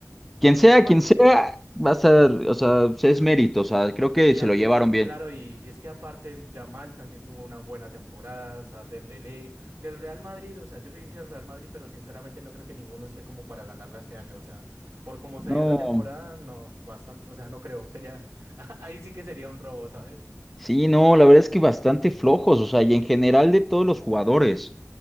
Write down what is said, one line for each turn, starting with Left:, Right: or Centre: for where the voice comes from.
Centre: quien sea,
Right: Y aparte,
Centre: quien sea, va a estar, o sea, sí es mérito. O sea, creo que
Right: Y,
Centre: se
Right: a-
Centre: lo llevaron
Right: y-
Centre: bien.
Right: y, claro, y es que aparte el Yamal también tuvo una buena temporada, o sea, Dembélé, del Real Madrid, o sea, yo soy hincha del Real Madrid, pero sinceramente no creo que ninguno esté como para ganarla este año, o sea, por como se
Centre: No.
Right: dio la temporada, no, bastante, o sea, no creo, sería, <laughs> ahí sí que sería un robo, ¿sabes?
Centre: Sí, no, la verdad es que bastante flojos, o sea, y en general de todos los jugadores.